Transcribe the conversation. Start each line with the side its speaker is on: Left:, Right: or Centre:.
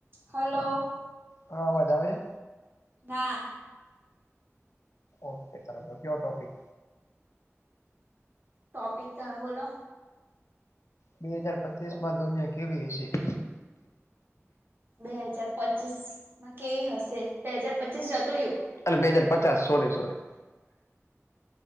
Right: Hello.
Left: હા, અવાજ આવે છે.
Right: ના.
Left: ઓકેયો ટોપિક.
Right: ટોપિક તમે બોલો
Left: બે હાજાર પચીસ માં દુનિયા કેવી હશે.
Right: બે હાજાર પચીસ માં કેવી હશે. બે હાજાર પચીસ જતો રહ્યું.
Left: અને બે હાજાર પચાસ સોરી, સોરી.